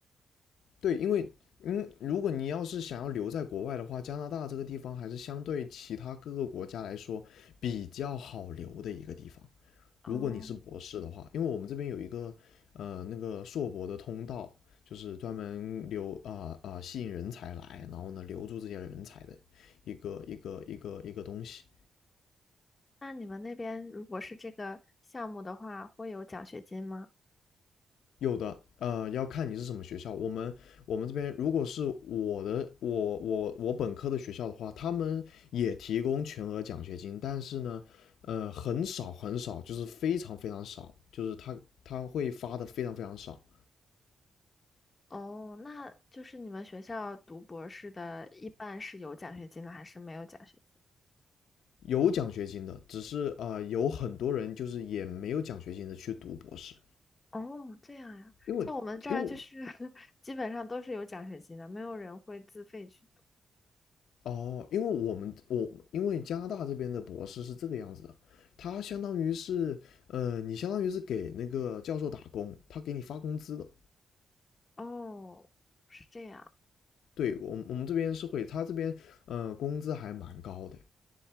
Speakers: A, on the left (about 85°); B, on the left (about 30°).
A: 对，因为嗯，如果你要是想要留在国外的话，加拿大这个地方还是相对其他各个国家来说比较好留的一个地方。
B: 哦，
A: 如果你是博士的话，因为我们这边有一个呃那个硕博的通道，就是专门留啊啊、呃呃吸引人才来，然后呢留住这些人才的一个一个一个一个东西。
B: 那你们那边如果是这个项目的话，会有奖学金吗？
A: 有的，呃，要看你是什么学校。我们我们这边如果是我的，我我我本科的学校的话，他们也提供全额奖学金，但是呢，呃，很少很少，就是非常非常少，就是他他会发的非常非常少。
B: 哦，那就是你们学校读博士的，一般是有奖学金的，还是没有奖学金？
A: 有奖学金的，只是啊、呃有很多人就是也没有奖学金的去读博士，
B: 哦，这样呀，
A: 因为因为
B: 在我们这儿就是 <laughs> 基本上都是有奖学金的，没有人会自费去读。
A: 哦，因为我们我因为加拿大这边的博士是这个样子的，他相当于是，呃，你相当于是给那个教授打工，他给你发工资的。
B: 哦，是这样。
A: 对，我们我们这边是会，他这边呃工资还蛮高的，